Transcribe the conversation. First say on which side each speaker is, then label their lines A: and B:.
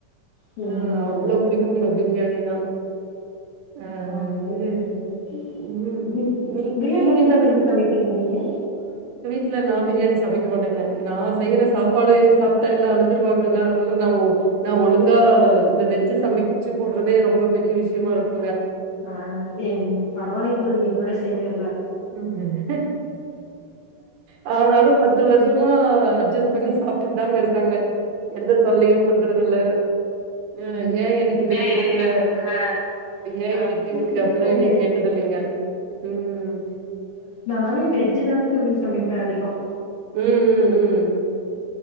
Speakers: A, on the left (about 50°); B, on the right (about 75°).
A: சேரிங்க
B: ஆஹ்
A: தோழி
B: அவ்வளோ புடிக்குங்க பிரியாணினா ஆ
A: ஆஹ் சரிங்க
B: இது
A: சரிங்க
B: ம்
A: பிபிரியாணி
B: நீ நீங்க
A: எப்படின்னு
B: என்ன
A: தோழி சமைப்பீங்க நீங்க
B: இல்ல நான் பிரியாணி சமைக்க மாட்டேங்க நான் செய்யற சாப்பாடு சா ட்டா எல்லாம் அழுதுருவாங்கங்க அதனால நான் நான் ஒழுங்கா இந்த வெஜ்ஜு சமைச்சு போடுறதே ரொம்ப பெரிய விஷயமா இருக்குங்க
A: அஹ் என் பரவலின் தோழி என்னோட சென்று
B: உம் ம்ஆனாலும் பத்து வருஷம் சுத்தமா அட்ஜஸ் பண்ணி சாப்பிட்டுட்டு தாங்க இருக்காங்க எந்த தொல்லையும் பண்றதுல்ல அஹ் ஏன் எனக்கு இது குடுத்தஹ்
A: எனக்கு இத குடுத்த
B: ஏன்
A: ஆ
B: இது இப்படி இருக்கு அப்படிலாம்
A: ஓகே
B: என்னை கேட்டத இல்லைங்க உம்
A: நானும் வெஜ்ஜு தாங்க தோழி சமைப்பேன் அதிகம்
B: உம் உம் உம்